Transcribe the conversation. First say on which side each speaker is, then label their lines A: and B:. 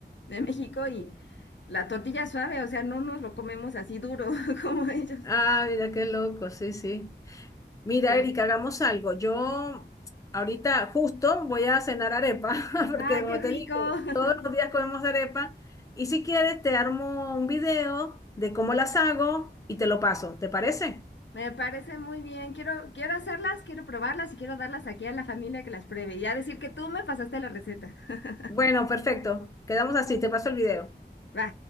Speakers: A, on the left; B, on the left.
A: de México, y la tortilla es suave, o sea, no nos lo comemos así duro <laughs> como ellos.
B: Ah, mira qué loco, sí, sí. Mira,
A: Sí.
B: Erika, hagamos algo. Yo ahorita justo voy a cenar arepa, <laughs> porque
A: Ah,
B: como
A: qué rico,
B: te dije,
A: <laughs>
B: todos los días comemos arepa. Y si quieres, te armo un video de cómo las hago y te lo paso. ¿Te parece?
A: me parece muy bien, quiero, quiero hacerlas, quiero probarlas y quiero darlas aquí a la familia que las pruebe, y ya decir que tú me pasaste la receta. <laughs>
B: Bueno, perfecto. Quedamos así, te paso el video.
A: Va.